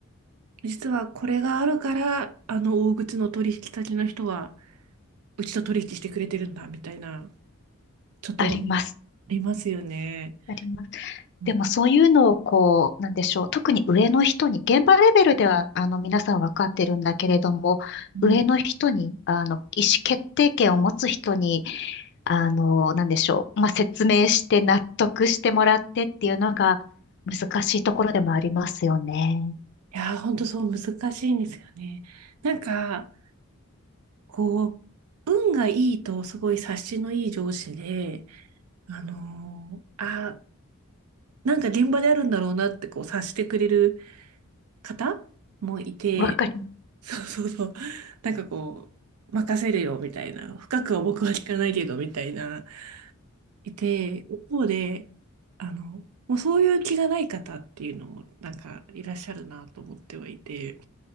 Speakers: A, on the right (about 85°); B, on the left (about 50°).
A: 実はこれがあるから、あの大口の取引先の人は、うちと取引してくれてるんだ、みたいな、ちょっとあ
B: あります。
A: りますよね。
B: あります。
A: うん
B: でもそういうのをこう、なんでしょう、特に上の人に、現場レベルではあの皆さん分かってるんだけれども、
A: うん
B: 上の人に、あの意思決定権を持つ人に、あの、なんでしょう、まあ、説明して納得してもらってっていうのが難しいところでもありますよね。
A: いやー、ほんとそう難しいんですよね。なんか、こう、運がいいと、すごい察しのいい上司で、あのーあ、なんか現場であるんだろうなって、こう、察してくれる。方もいて、
B: わかり、
A: <laughs> そうそうそう、なんかこう、任せるよみたいな、深くは僕は聞かないけどみたいな、いて、一方で、あの、もうそういう気がない方っていうのも、なんかいらっしゃるなと思ってはいて、